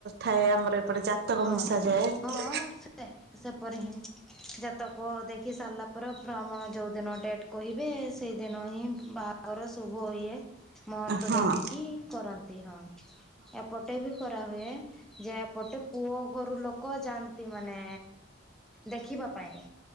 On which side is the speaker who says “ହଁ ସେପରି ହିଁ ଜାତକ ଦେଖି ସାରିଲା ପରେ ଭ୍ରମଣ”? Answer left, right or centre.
Centre